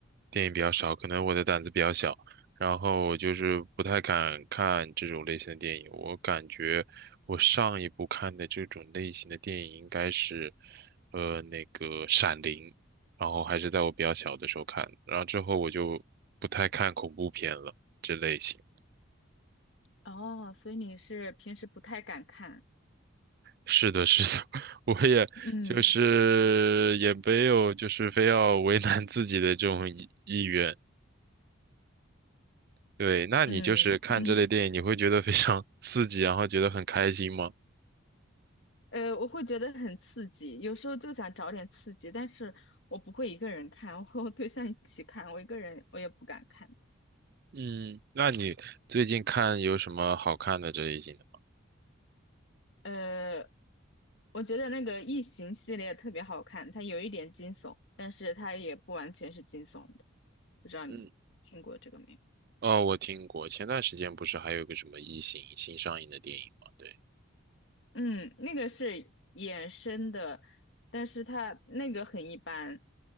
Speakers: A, on the right; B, on the left.
A: 电影比较少，可能我的胆子比较小，然后我就是不太敢看这种类型的电影。我感觉我上一部看的这种类型的电影应该是，呃，那个《闪灵》，然后还是在我比较小的时候看的然后之后我就不太看恐怖片了，这类型。
B: 哦，所以你是平时不太敢看，
A: 是的，是的，<laughs> 我也就是也没有就是非要为难自己的这种意意愿。
B: 嗯
A: 对，那你就是看这类电影，
B: 嗯嗯，
A: 你会觉得非常 <laughs> 刺激，然后觉得很开心吗？
B: 呃，我会觉得很刺激，有时候就想找点刺激，但是我不会一个人看，我 <laughs> 和我对象一起看，我一个人我也不敢看。
A: 嗯，那你最近看有什么好看的这类型的？
B: 呃，我觉得那个《异形》系列特别好看，它有一点惊悚，但是它也不完全是惊悚的，不知道你听过这个没有？
A: 嗯，哦，我听过，前段时间不是还有个什么《异形》新上映的电影吗？对，
B: 嗯，那个是衍生的，但是它那个很一般。